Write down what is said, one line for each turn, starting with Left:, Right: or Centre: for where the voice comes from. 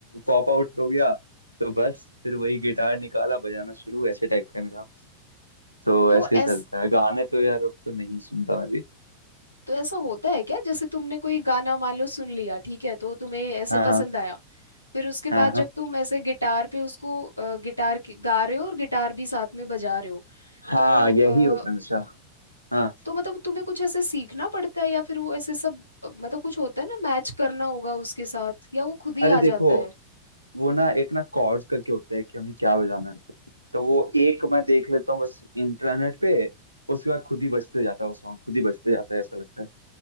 Right: पॉप आउट हो गया तो बस फिर वही गिटार निकाला बजाना शुरू ऐसे टाइप का है मेरा तो
Left: तो
Right: ऐसे ही
Left: ऐस
Right: चलता है गाने तो यार अब तो नहीं सुनता मैं भी
Left: तो ऐसा होता है क्या जैसे तुमने कोई गाना मान लो सुन लिया ठीक है तो तुम्हें ऐसे
Right: हाँ
Left: पसंद
Right: हाँ
Left: आया फिर उसके
Right: हाँ
Left: बाद
Right: हाँ
Left: जब तुम ऐसे गिटार पे उसको अ, गिटार की- गा रहे हो और गिटार भी साथ में बजा रहे हो
Right: हाँ
Left: तो अ,
Right: यही होता है हमेशा हाँ
Left: तो मतलब तुम्हें कुछ ऐसे सीखना पड़ता है या फिर वो ऐसे सब अ, मतलब कुछ होता है ना मैच करना होगा उसके साथ या वो खुद ही
Right: अरे
Left: आ
Right: देखो
Left: जाता है
Right: वो ना एक ना कॉर्ड्स करके होता है कि हमें क्या बजाना है तो वो एक मैं देख लेता हूँ बस इंटरनेट पे उसके बाद खुद ही बजते जाता है वो सॉन्ग खुद ही बजते जाता है ऐसा लगता है